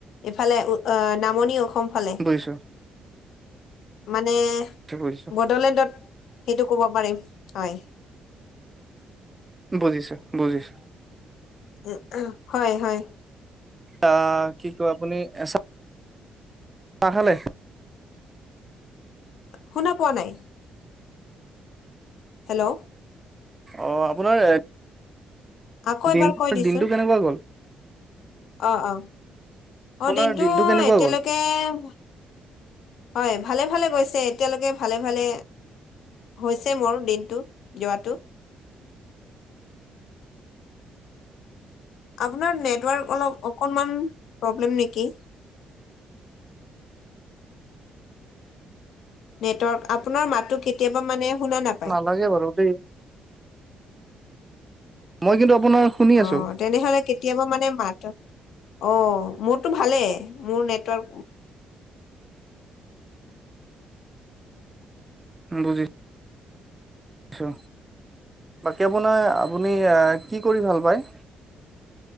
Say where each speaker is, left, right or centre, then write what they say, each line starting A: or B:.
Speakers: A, on the left; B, on the right.
A: ইফালে উ আহ নামনি অসম। ফালে
B: বুজিছো
A: মানে
B: বুজিছো
A: বডলেণ্ডত সেইটো ক'ব পাৰিম হয়।
B: বুজিছোঁ, বুজিছোঁ।
A: এ উহ, হয়, হয়।
B: এ কি ক আপুনি এচা চাহ খালে?
A: শুনা পোৱা নাই? হেল্ল'?
B: অ' আপোনাৰ
A: আকৌ
B: দিন
A: এবাৰ কৈ দিচোন
B: দিনটো কেনেকুৱা গ'ল?
A: অ' অ',
B: আপোনাৰ
A: অ' দিনটো
B: কেনেকুৱা
A: এতিয়ালৈকে
B: গ'ল
A: ভা হয় ভালে ভালে গৈছে, এতিয়ালৈকে ভালে ভালে হৈছে মোৰ দিনটো যোৱাটো আপোনাৰ নেটৱৰ্ক অলপ অকণমান প্ৰব্লেম নেকি? নেটৱৰ্ক আপোনাৰ মাতটো কেতিয়াবা মানে শুনা নাপায়।
B: কাটিয়ে কৰোঁ দে। মই কিন্তু আপোনাৰ শুনি
A: অ
B: আছোঁ।
A: তেনেহ'লে কেতিয়াবা মানে মাত, অ' মোৰতো ভালেই মোৰ নেটৱৰ্ক
B: বুজি ছোঁ। বাকী আপোনাৰ আপুনি আ কি কৰি ভাল পায়?